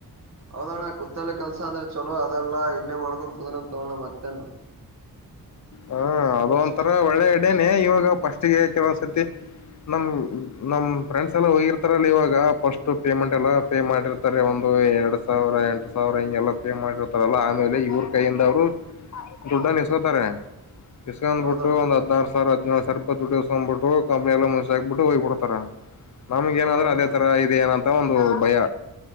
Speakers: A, on the right; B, on the left.
A: ಹೌದಣ್ಣ ಕುತ್ತಲೆ ಕೆಲ್ಸ ಅಂದ್ರೆ ಚಲೋ ಅದೆಲ್ಲ ಇಲ್ಲೇ ಮಾಡ್ಕೊಂಡ ಮುದನ ತೋಣ ಮತ್ತನ್
B: ಹಾ ಅದು ಒಂತರ ಒಳ್ಳೆ ಐಟ್ಯಾನೆ ಇವಾಗ ಪಫಸ್ಟ್ಗೆ ಕೆಲವಸತಿ ನಮ್ ನಮ್ ಫ್ರೆಂಡ್ಸ್ ಎಲ್ಲ ಹೋಗಿರ್ತಾರಲ್ಲ ಇವಾಗ ಫಸ್ಟ್ ಪೇಮೆಂಟ್ ಎಲ್ಲ ಪೇ ಮಾಡಿರ್ತಾರೆ ಒಂದು ಎರಡ್ ಸಾವಿರ ಎಂಟು ಸಾವಿರ ಹಿಂಗೆ ಎಲ್ಲ ಪೇ ಮಾಡಿರ್ತಾರಲ್ಲ ಆಮೇಲೆ ಇವ್ರ ಕೈಯಿಂದ ಅವ್ರು ದುಡ್ಡ ನಿಸ್ತಾರೆ ಇಸ್ಕೊಂಡ್ ಬಂದ್
A: ಹೌದಣ್ಣ
B: ಬಿಟ್ಟು ಒಂದು ಹದೀನಾರುಸಾವಿರ ಹದಿನೇಳು ಸಾವರ ಡ್ ದಿವ್ಬಿಟ್ಟು ಕಂಪ್ನಿ ಎಲ್ಲ ಮುಸ ಹಾಕ್ಬಿಟ್ಟು ಹೋಗ್ಬ ಬಿಡ್ತ ನಮಗೆ
A: ಹೌದಣ್ಣ
B: ಏನಾದ್ರ ಅದೇ ತರದೆ ಏನ ಒಂದು ಭಯ